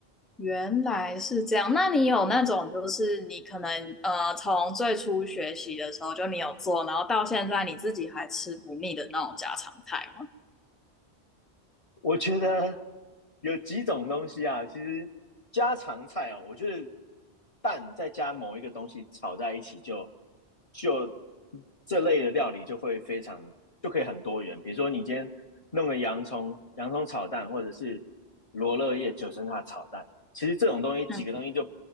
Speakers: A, in the centre; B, on the left (about 35°).
A: 原来是这样。那你有那种，就是你可能呃，从最初学习的时候就你有做，然后到现在你自己还吃不腻的那种家常菜吗？
B: 我觉得有几种东西啊，其实家常菜哦，我觉得蛋再加某一个东西炒在一起就，就这类的料理就会非常就可以很多元。比如说你今天弄个洋葱，洋葱炒蛋，或者是罗勒叶九层塔炒蛋，其实这种东西几个东西就
A: 嗯，